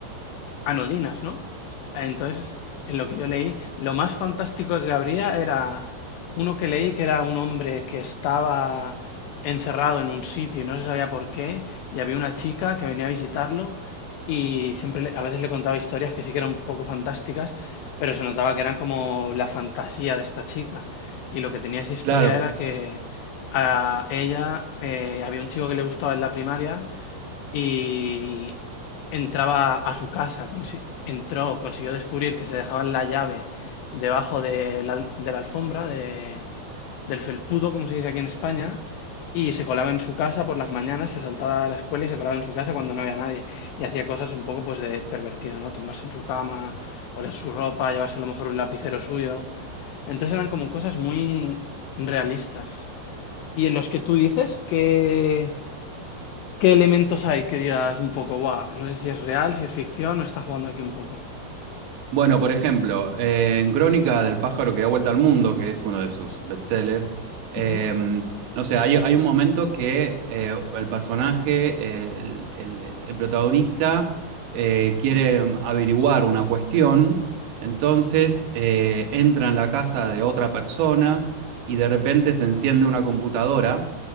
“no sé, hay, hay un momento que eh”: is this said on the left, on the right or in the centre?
Right